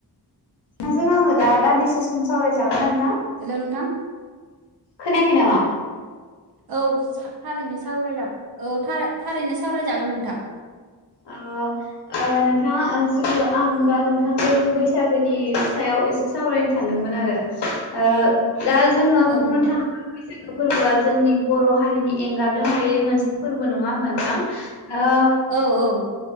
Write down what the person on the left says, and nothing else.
नोंजों आङो दा दान्दिसे सम सावरायजागोन नोंथां?
खोनायाखै नामा?
अ ओ नोंथाङा आं दा नोंथांजों बैसागोनि सायाव एसे सावरायनो सानदोंमोन आरो ओ दा जोङो
बुंनो
थाङोब्ला बैसागो फोरबोआ जोंनि बर' हारिनि एंगारनो हायै मोनसे फोरबो नङा मोनथां ओ